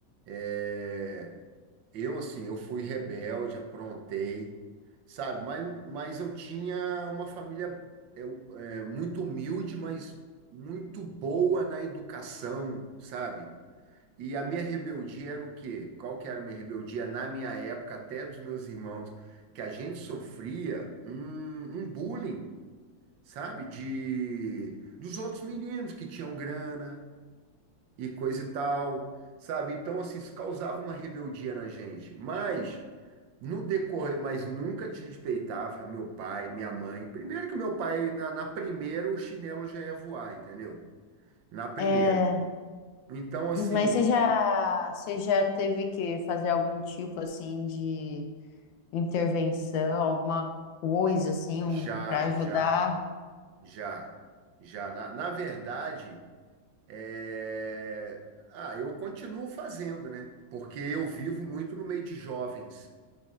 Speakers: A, on the right; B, on the left.
A: é. Eu, assim, eu fui rebelde, aprontei, sabe? Mas, mas eu tinha uma família eu, é, muito humilde, mas muito boa na educação, sabe? E a minha rebeldia era o quê? Qual que era a minha rebeldia na minha época, até dos meus irmãos, que a gente sofria um, um bullying, sabe? De, dos outros meninos que tinham grana e coisa e tal, sabe? Então, assim, isso causava uma rebeldia na gente, mas... No decorrer, mas nunca desrespeitava meu pai, minha mãe. Primeiro que meu pai, na, na primeira, o chinelo já ia voar, entendeu? Na primeira.
B: É,
A: Então, assim,
B: mas você já, você já teve que fazer algum tipo assim de intervenção, alguma coisa assim
A: já,
B: um, para ajudar?
A: já, já, já. Na, na verdade, é... ah, eu continuo fazendo, né? Porque eu vivo muito no meio de jovens,